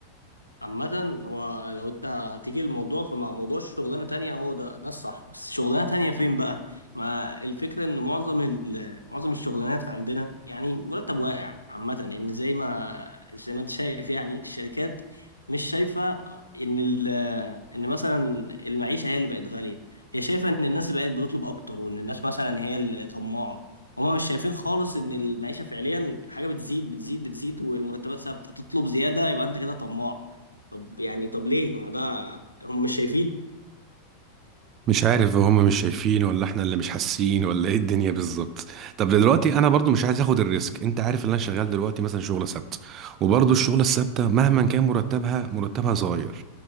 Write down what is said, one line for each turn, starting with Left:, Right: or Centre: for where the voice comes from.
Left: عامة هو لو انت هتيجي الموضوع فمع موضوع شغلانة تانية هو ده ده الصح بس شغلانة تانية فين بقى؟ ما الفكرة ان معظم ال- معظم الشغلانات عندنا يعني مرتب واقع عامة لان زي ما زي ما انت شايف يعني الشركات مش شايفة ان ال ان مثلا المعيشة هي اللي بقت غالية هي شايفة ان الناس بقت بتطلب اكتر وان الناس مثلا هي اللي طماعة هما مش شايفين خالص ان المعيشة فعليا الحاجة بتزيد بتزيد بتزيد والمرتبات ثابتة تطلب زيادة يبقى انت كده طماع طب يعني طب ليه ما ده هم مش شايفين
Right: مش عارف هم مش شايفين ولا احنا اللي مش حاسين ولا ايه الدنيا بالظبط طب دلوقتي انا برضو مش عايز اخد الريسك انت عارف ان انا شغال دلوقتي مثلا شغل سبت وبرضو الشغل الثابته مهما كان مرتبها مرتبها صغير